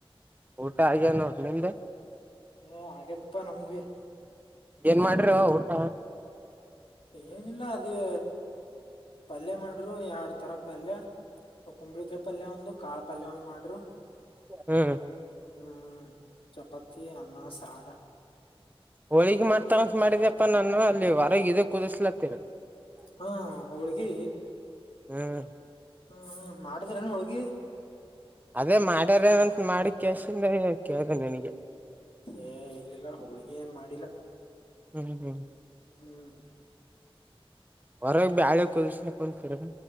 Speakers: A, on the right (about 15°); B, on the left (about 70°).
A: ಊಟಾಗ ಆ ನೋಡ ನಮದ
B: ಏ ಆಗ್ಯದಪ್ಪಾ ನಮ್ದಿ
A: ಏನ್ ಮಾಡ್ರಿ ಊಟ
B: ಏನಿಲ್ಲ ಅದೇ ಪಲ್ಯ ಮಾಡಂಡರು ಎಡ್ ತರ ಪಲ್ಯ ಕುಂಬಳಿಕಾಯ ಪಲ್ಯ ಒಂದು ಕಾಳ ಪಲ್ಯ ಒಂದು್ ಮಾಡರು
A: ಹ್ಮ್
B: ಹ್ಮ್ ಚಪಾತಿ ಅನ್ನ ಸಾಾರ
A: ಹೋಳಿಗೆ ಮಾಡ್ತಗಂತ ಮಾಡಿದಪ್ಪ ನಾನು ಅಲ್ಲಿ ಹೊರಗ ಇದ ಕುದಿಸ್ಲತ್ತನ
B: ಹ್ಮ ಹೋಳ್ಗಿ
A: ಹ್ಮ್
B: ಹ್ಮ ಹ್ಮ ಮಾಡಿದ್ರೇನು ಹೋಳ್ಗಿ
A: ಅದೇ ಮಾಡ್ಯಾರಏನಂತ ಮಾಡಿ ಕೆಸನ್ ಕೇತ ನನ್ಗೆ
B: ೇ ಇಲ್ಲಿಲ್ಲ ಹುಳ್ಗಿ ಏನ್ ಮಾಡಿಲ್ಲ
A: ಹ್ಮ್ ಹ್ಮ್
B: ಹ್ಮ್
A: ಹೊರ ಬ್ಯಾಳ ಕೊಸಕನ್ ಕರ